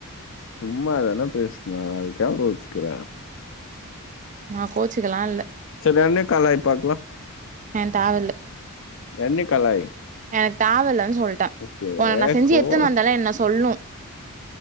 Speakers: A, on the left; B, on the right.
A: சும்மா தான பேஸ்னே அதுக் ஏ கோச்சுக்கிற
B: நா கோச்சுக்கெலா இல்ல
A: செரி என்ன கலாய் பாக்லா
B: என் தேவெல்ல
A: என்யி கலாய்
B: எனக் தேவெல்லன் சொல்ட்டே
A: சே
B: உனக்கு நா செஞ்சு
A: கோச்
B: எட்த்துனு வந்தேல என்ன சொல்னு